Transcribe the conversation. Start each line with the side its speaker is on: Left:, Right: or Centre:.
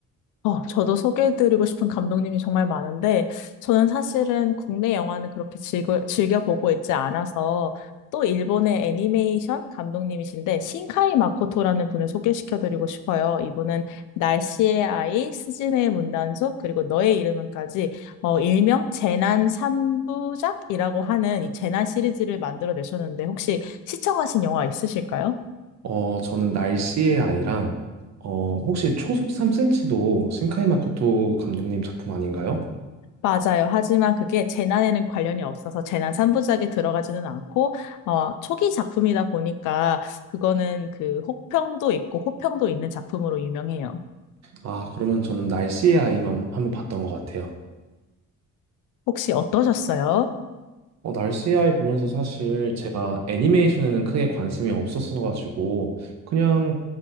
Left: 어, 저도 소개해드리고 싶은 감독님이 정말 많은데, 저는 사실은 국내 영화는 그렇게 즐겨, 즐겨보고 있지 않아서, 또 일본의 애니메이션 감독님이신데, 신카이 마코토라는 분을 소개시켜드리고 싶어요. 이분은 날씨의 아이, 스즈메의 문단속, 그리고 너의 이름은까지, 어, 일명 재난 삼부작이라고 하는 이 재난 시리즈를 만들어내셨는데, 혹시 시청하신 영화 있으실까요?
Right: 어, 저는 날씨의 아이랑, 어, 혹시 초속 3cm도 신카이 마코토 감독님 작품 아닌가요?
Left: 맞아요. 하지만 그게 재난에는 관련이 없어서 재난 3부작에 들어가지는 않고, 어, 초기 작품이다 보니까 그거는 그 혹평도 있고 호평도 있는 작품으로 유명해요.
Right: 아, 그러면 저는 날씨의 아이만 한번 봤던 것 같아요.
Left: 혹시 어떠셨어요?
Right: 어, 날씨 아이 보면서 사실 제가 애니메이션에는 크게 관심이 없었어가지고 그냥